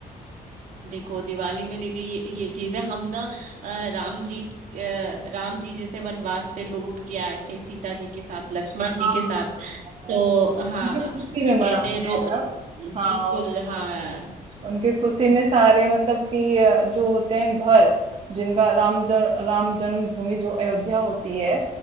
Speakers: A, on the right; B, on the right.
A: देखो दिवाली में देखिए ये ये चीज है हम ना अ, राम जी अ, राम जी जैसे वनवास से लौट के आए थे सीता जी के साथ लक्ष्मण जी
B: हाँ हाँ,
A: के साथ
B: हाँ, हाँ।
A: तो
B: तो
A: हाँ
B: उनकी खुशी
A: कहते
B: में मनाते
A: हैं रो
B: हैं ना
A: बिल्कुल
B: हाँ
A: हाँ
B: उनकी खुशी में सारे मतलब कि अ, जो होते हैं घर जिनका राम ज, राम जन्मभूमि जो अयोध्या होती है